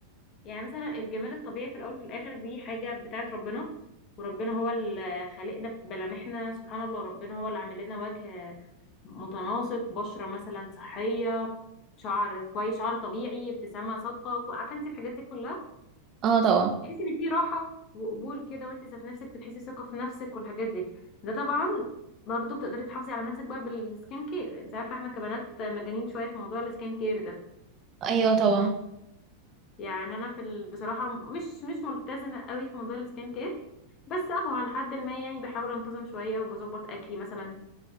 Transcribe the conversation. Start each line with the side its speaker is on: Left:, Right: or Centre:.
Left: يعني مثلا الجمال الطبيعي في الاول وفي الاخر دي حاجه بتاعت ربنا وربنا هو اللي خالقنا في ملامحنا سبحان الله ربنا هو اللي عامل لنا وجه متناسق بشره مثلا صحيه شعر كويس شعر طبيعي ابتسامه صادقه عارفه انت الحاجات دي كلها
Right: اه طبعا
Left: تحسي ان في راحه وقبول كده وانت ذات نفسك بتحسي ثقه في نفسك والحاجات دي ده طبعا برضه بتقدري تحافظي على نفسك بقى بالسكين كير انت عارفه احنا كبنات مجانين شويه في موضوع السكين كير ده
Right: ايوه طبعا
Left: يعني انا في ال... بصراحه مش مش ملتزمه قوي في موضوع السكين كير بس اهو على حد ما يعني بحاول انتظم شويه وبظبط اكلي مثلا